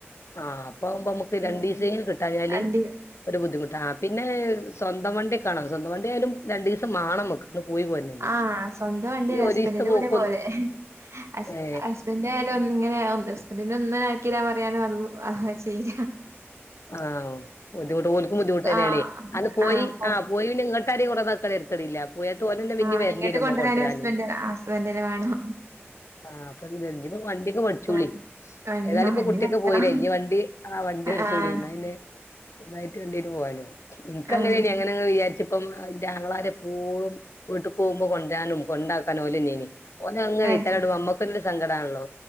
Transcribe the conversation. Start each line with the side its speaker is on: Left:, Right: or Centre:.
Left: ആഹ് അപ്പാവുമ്പം നമ്മക്ക്
Right: ആഹ്
Left: രണ്ടീസേങ്കിലും കിട്ടായാല്
Right: വണ്ടി
Left: ഒരു ബുദ്ധിമുട്ട ആഹ് പിന്നേ സ്വന്തം വണ്ടി ഒക്കെ ആവണം സ്വന്തം വണ്ടി ആയാലും രണ്ടീസം ദ മാണം നമ്മക്ക് ഒന്ന് പോയി പോരണെങ്കി
Right: ആഹ് സ്വന്തം വണ്ടിയ
Left: ഈ
Right: ഹസ്ബന്റിന്റെ
Left: ഒരീസത്തെ പോക്ക്
Right: കൂടെയാ പോവല് ഹസ്
Left: ഏ
Right: ഹസ്ബന്റ് ആയാലും ഒന്നിങ്ങ ഹസ്ബന്റിന്റെ ഒന്ന് ആക്കിടാൻ പറയാനും അത് അ ചെയ്യ്ല്ല
Left: ആഹ് ബുദ്ധിമുട്ട് ഓൽക്കും ബുദ്ധിമുട്ടന്നെയാണേയ്
Right: ആഹ്
Left: അന്ന് പോയി
Right: ആഹ് പോ
Left: ആ പോയി പിന്നേ ഇങ്ങട്ട് <unintelligible> കൊണ്ടന്നാക്കാണെങ്കി തരക്കെടില്ല പോയതു പോലെ തന്നെ പിന്നെ
Right: ആഹ്
Left: വരണ്ടിവരും
Right: ഇങ്ങട്ട്
Left: നമ്മളെ കൊണ്ടരാന്
Right: ഹസ്ബൻഡ് ഹസ്ബൻഡിന് വേണം
Left: ആഹ് അപ്പം <unintelligible> ഇഞ്ഞിപ്പം വണ്ടിയൊക്കെ പഠിച്ചോളി
Right: ആഹ് പിന്നെ
Left: ഏതായാലും ഇപ്പം
Right: വണ്ടി
Left: കുട്ടിയൊക്കെ
Right: പഠിക്കണം
Left: പോയിലെ ഇനി വണ്ടി ആ വണ്ടി
Right: ആഹ്
Left: ച്ചോളീം ന്ന പിന്നേ <unintelligible> പോവാലോ ഇൻക്ക്
Right: ആഹ്
Left: അങ്ങനയ്നിം അങ്ങനങ്ങനെ വിചാരിച്ചിപ്പം ന്റെ ആങ്ങളാര് എപ്പോളും വീട്ട്ക്കോവുമ്പം കൊണ്ടരാനും കൊണ്ടാക്കാനും ഓലെന്നയ്നിം ഓലങ്ങനെ വൈത്താലെ
Right: ഏഹ്
Left: <unintelligible> മ്മക്കൊരു സങ്കടാണല്ലോ